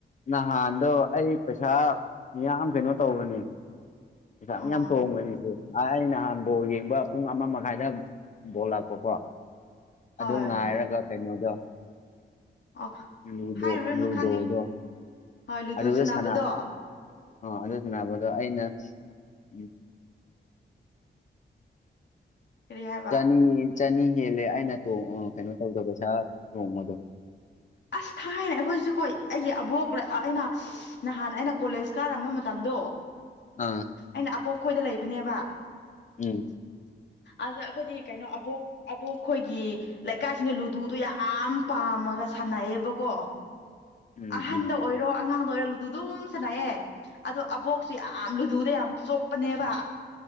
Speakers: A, on the left (about 40°); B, on the left (about 65°).
A: ꯅꯍꯥꯟꯗꯣ ꯑꯩ ꯄꯩꯁꯥ ꯌꯥꯝ ꯀꯩꯅꯣ ꯇꯧꯕꯅꯦ ꯄꯩꯁꯥ
B: ꯑꯣ
A: ꯌꯥꯝ ꯇꯣꯡꯕꯅꯤꯁꯦ ꯑ ꯑꯩ ꯅꯍꯥꯟ ꯕꯣꯜ ꯌꯦꯡꯕ ꯄꯨꯡ ꯑꯃ ꯃꯈꯥꯏꯗ ꯕꯣꯜ ꯂꯥꯛꯄꯀꯣ
B: ꯍꯣꯏ
A: ꯑꯗꯨ ꯉꯥꯏꯔꯒ ꯀꯩꯅꯣꯗꯣ
B: ꯑꯣ
A: ꯂꯨꯗꯣ
B: ꯍꯥꯏꯔꯨꯔꯅꯨ
A: ꯂꯨꯗꯣꯗꯣ
B: ꯈꯪꯉꯦ ꯍꯣꯏ ꯂꯨꯗꯨ
A: ꯑꯗꯨꯗ
B: ꯁꯥꯟꯅꯕꯗꯣ
A: ꯁ ꯑꯥ ꯑꯗꯨ ꯁꯥꯟꯅꯕ ꯑꯗꯣ ꯑꯩꯅ ꯎ
B: ꯀꯔꯤ ꯍꯥꯏꯕ
A: ꯆꯅꯤ ꯆꯅꯤ ꯍꯦꯜꯂꯦ ꯑꯩꯅ ꯀꯩꯅꯣ ꯇꯧꯗꯕ ꯄꯩꯁꯥ ꯇꯣꯡꯕꯗꯣ
B: ꯑꯁ ꯊꯥꯏꯅ ꯑꯩꯈꯣꯏꯁꯨ ꯀꯣꯏ ꯑꯩꯒꯤ ꯑꯕꯣꯛ ꯑꯩꯅ ꯅꯍꯥꯟ ꯑꯩꯅ ꯀꯣꯂꯦꯖ ꯀꯥꯔꯝꯕ ꯃꯇꯝꯗꯣ
A: ꯑꯥ
B: ꯑꯩꯅ ꯑꯄꯣꯛ ꯈꯣꯏꯗ ꯂꯩꯕꯅꯦꯕ
A: ꯎꯝ
B: ꯑꯗ ꯑꯩꯈꯣꯏꯗꯤ ꯀꯩꯅꯣ ꯑꯕꯣꯛ ꯑꯕꯨ ꯑꯩꯈꯣꯏꯒꯤ ꯂꯩꯀꯥꯏꯁꯤꯅ ꯂꯨꯗꯨꯗꯣ ꯌꯥꯝ ꯄꯥꯝꯃꯒ ꯁꯥꯟꯅꯩꯌꯦꯕꯀꯣ
A: ꯎꯝ
B: ꯑꯍꯟꯗ
A: ꯎꯝ
B: ꯑꯣꯏꯔꯣ ꯑꯉꯥꯡꯗ ꯑꯣꯏꯔꯣ ꯑꯗꯨ ꯑꯗꯨꯝ ꯁꯥꯟꯅꯌꯦꯦ ꯑꯗꯣ ꯑꯕꯣꯛꯁꯨ ꯌꯥꯝ ꯂꯨꯗꯨꯗ ꯌꯥꯝ ꯆꯣꯞꯄꯅꯦꯕ